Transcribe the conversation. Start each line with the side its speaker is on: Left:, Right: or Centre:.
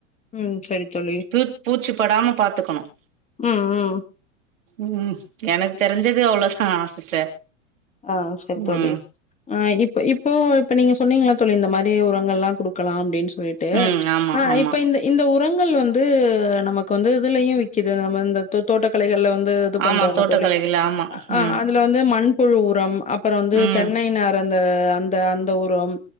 Left: ம். சரி தோழி.
Right: ப பூச்சி படாம பாத்துக்கணும்
Left: ம். ம்.
Right: ம் எனக்கு தெரிஞ்சது அவ்ளோதா சிஸ்டர்
Left: ஆ சரி தோழி
Right: ம்
Left: ஆ இப்ப இப்போ இப்ப நீங்க சொன்னீங்க இல்ல தோழி இந்த மாரி இதே உரங்கல்லாம் கொடுக்கலாம் அப்படின் சொல்லிட்டு
Right: ம் ஆமா
Left: ஆ
Right: ஆமா
Left: இப்ப இந்த இந்த ஊர் உரங்கள் வந்து நமக்கு வந்து இதுலயும் விக்கிது அது நம்ம இந்த தோ தோட்டக்கலைகள்ல வந்து து இது பண்றோம்
Right: ஆமா
Left: இல்ல
Right: தோட்டக்கலைகள்
Left: தோழி
Right: ஆமா
Left: ஆ
Right: ம்
Left: அதுல வந்து மண் புழு உரம் அப்பறம் வந்து
Right: ம்
Left: தென்னை நார வந் து அந் த அந்த உரம்